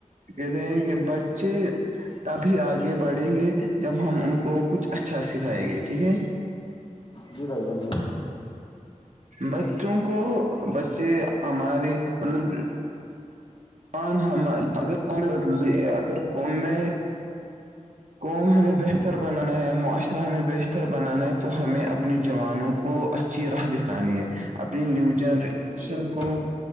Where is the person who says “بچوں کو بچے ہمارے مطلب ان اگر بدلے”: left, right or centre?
Right